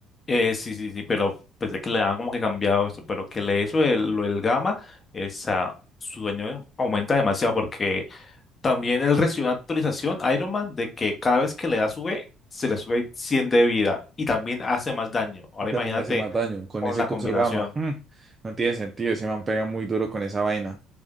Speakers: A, on the left (about 30°); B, on the right (about 25°).
A: Eh, sí, sí, sí, pero pensé que le han como que cambiado esto, pero que le eso el, lo del gamma, esa, su daño aumenta demasiado porque también él recibió una actualización Iron Man de que cada vez que le da sube, se le sube 100 de vida y también hace más daño. Ahora
B: Y también
A: imagínate
B: hace más daño con
A: con
B: ese
A: la
B: coso
A: combinación.
B: gamma. Mm, no tiene sentido, ese man pega muy duro con esa vaina.